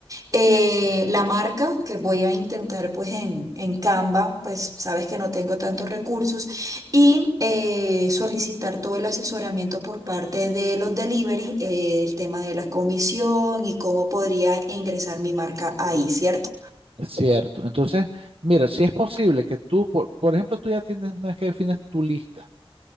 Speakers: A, on the right; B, on the right.
A: Eh, la marca que voy a intentar pues en, en Canva, pues sabes que no tengo tantos recursos y eh, solicitar todo el asesoramiento por parte de los delivery, eh, el tema de la comisión y cómo podría ingresar mi marca ahí, ¿cierto?
B: Es cierto. Entonces, mira, si es posible que tú, por, por ejemplo, tú ya tienes una vez que defines tu lista,